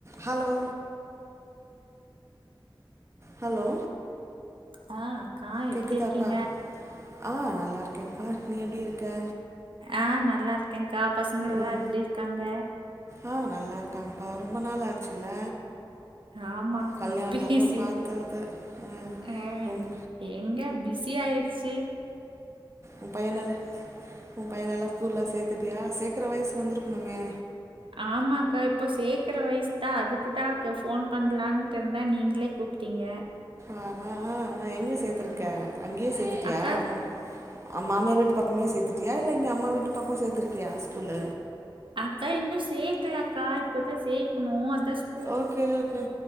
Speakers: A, on the right (about 35°); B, on the right (about 75°).
A: Hello hello
B: ஆ அக்கா
A: கேக்குதாப்பா
B: எப்படி இருக்கீங்க
A: ஆ நல்லா இருக்கேபா நீ எப்டி இருக்க
B: ஆ நல்லா இருக்கேங்க்கா பசங்கள்
A: ரொம்
B: எல்லா எப்டி இருக்காங்க
A: ஆ நல்லா இருக்காங்கப்பா ரொம்ப நாள் ஆச்சுல்ல
B: ஆமாக்கா
A: கல்யாணத்தப்ப
B: பேசி
A: பார்த்தது உம்
B: ஆ,
A: ரொம்
B: எங்க பிஸி ஆயிரிச்சி
A: உம் பையன உ பையனெல்லா ஸ்கூல்லா சேத்துட்டியா சேக்குர வயசு வந்திருக்கணுமே
B: ஆமாக்கா இப்போ சேக்கற வயசு தா அதுக்குதா ஃபோன் பண்ணலான்ட்டு இருந்தே நீங்க லே கூப்டீங்க
A: ஆ ஹா எங்க சேத்திருக்க
B: ஆ,
A: அங்கையே சேத்துட்டியா
B: அக்கா
A: அம்மா அம் மாமியார் வீட்டு பக்கமே சேத்துட்டியா இல்ல இங்க அம்மா வீட்டு பக்கம் சேர்த்திருக்கியா ஸ்கூல்ல
B: அதா இன்னு சேக்கல அக்கா இப்பதா சேக்குணு அதா ஸ்
A: ஓகே ஓகே